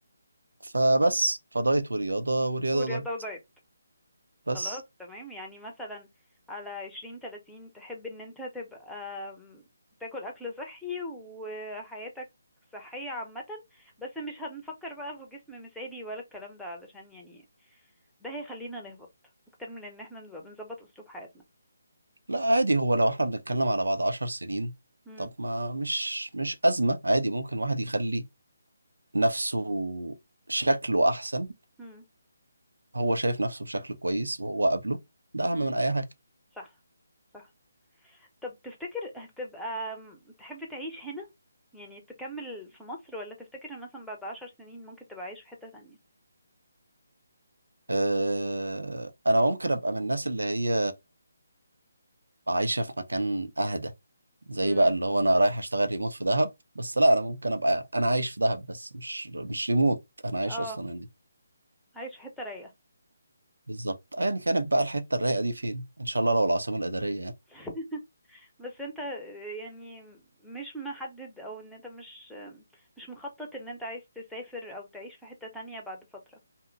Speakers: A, on the right; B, in the centre.
A: فبس فدايت ورياضة ورياضة
B: ورياضة
A: ودايت
B: ودايت
A: بس
B: خلاص تمام يعني مثلا على عشرين تلاتين تحب ان انت تبقى آم، تاكل اكل صحي وحياتك صحية عامة بس مش هنفكر بقى في جسم مثالي ولا الكلام ده علشان يعني ده هيخلينا نهبط اكتر من ان احنا نبقى بنظبط اسلوب حياتنا
A: لا عادي هو لو احنا بنتكلم على بعد عشر سنين
B: مم.
A: طب ما مش مش أزمة عادي ممكن واحد يخلي نفسه شكله أحسن
B: مم.
A: هو شايف نفسه بشكل كويس وهو قابله ده
B: مم.
A: أهم من أي حاجة
B: صح صح طب تفتكر هتبقى م- تحب تعيش هنا يعني تكمل في مصر ولا تفتكر ان مثلا بعد عشر سنين ممكن تبقى عايش في حتة تانية
A: آه، انا ممكن ابقى من الناس اللي هي عايشه في مكان اهدى زي
B: مم.
A: بقى اللي هو انا رايح اشتغل ريموت في دهب بس لا انا ممكن ابقى انا عايش في دهب بس مش مش ريموت انا عايش
B: اه
A: اصلا هناك
B: عايش في حتة رايقة
A: بالظبط ايا كانت بقى الحته الرايقه دي فين ان شاء الله لو العاصمه الاداريه يعني
B: <laughs> بس انت يعني مش محدد او ان انت مش مش مخطط ان انت عايز تسافر او تعيش في حتة تانية بعد فترة